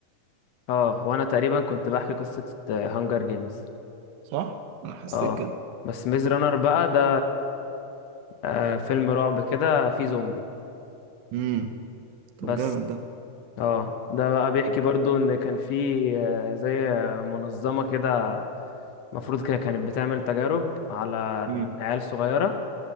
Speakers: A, on the left (about 70°); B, on the right (about 85°).
A: اه وأنا تقريبا كنت بحكي قصة هانجر جيمز
B: صح انا حسيت
A: اه
B: كده
A: بس ميز رانر بقى ده آه فيلم رعب كده فيه زومبي
B: امم طب
A: بس
B: جامد ده
A: اه ده بقى بيحكي
B: طب
A: برضو ان كان في آه، زي آه، منظمة كده المفروض كده كانت بتعمل تجارب على
B: امم
A: عيال صغيرة